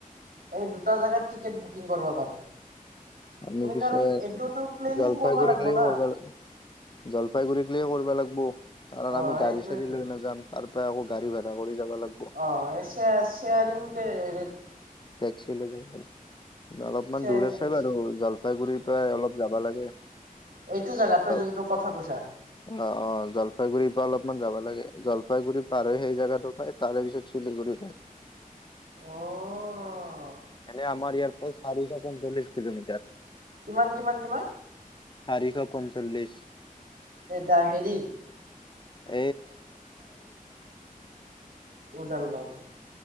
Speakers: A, on the right; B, on the left.
A: এই দুটা জাগাত টিকেট বুকিং কৰিব পাৰে।
B: আমি পিছে
A: কাৰণ
B: জলপাইগুৰিকলেকে
A: এইটোতো প্লেনিং কৰিব লাগিব না
B: কৰি জলপাইগুৰিকেলকে কৰিবা কৰবা লাগবু কাৰণ
A: অ',
B: আমি
A: সেইটোৱেতো
B: গাড়ী চাড়ী লৈ নাযাম আৰু গাড়ী ভাড়া কৰি যাব লাগব
A: অহ অ শেয়াৰিং এ
B: টেক্সি লৈ যাব অলপমান
A: শ্বেয়াৰিং
B: দূৰ আছে
A: টেক্সি
B: বাৰু জলফাইগুৰিৰ পৰা অলপ যাব লাগে
A: এইটো জেগাত তই
B: অ
A: যোনটো কথা কৈছা
B: অ অ জলপাইগুৰিৰ পৰা অলপমান যাবা লাগে জলপাইগুৰি পাৰ হৈ সেই জোগাটো পায় তাৰে পিছত চিলিগুৰি পায়
A: অঅঅ
B: এনে আমাৰ ইয়াৰ পৰা চাৰিশ পঞ্চল্লিছ কিলোমিটাৰ
A: কিমান কিমান কিমান
B: চাৰিশ পঞ্চল্লিশ
A: দ হেৰি
B: <inaudible>
A: উদালগুৰি